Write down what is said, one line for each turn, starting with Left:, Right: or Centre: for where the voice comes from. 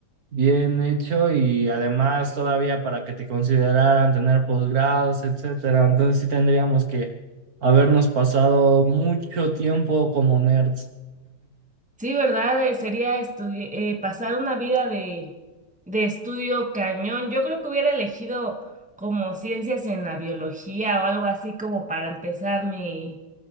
Right: Bien hecho y además todavía para que te consideraran tener posgrados, etcétera. Entonces sí tendríamos que habernos pasado mucho tiempo como nerds.
Centre: sí, ¿verdad? Eh, sería estudi- eh, pasar una vida de, de estudio cañón. Yo creo que hubiera elegido como ciencias en la biología o algo así como para empezar mi